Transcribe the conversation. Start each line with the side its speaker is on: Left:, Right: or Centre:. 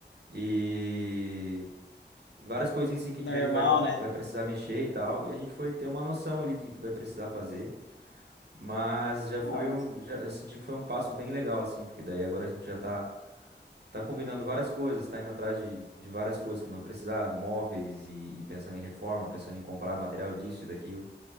Right: e, e várias coisinhas assim que
Left: Normal,
Right: a gente vê que vai,
Left: né?
Right: vai precisar mexer e tal. E a gente foi ter uma noção ali do que que vai precisar fazer, mas já
Left: Ah,
Right: foi um, já eu senti que foi um passo bem legal assim, porque daí agora a gente já tá tá combinando várias coisas, tá indo atrás de, de várias coisas que vão precisar, móveis e, e pensando em reforma, pensando em comprar material disso e daquilo.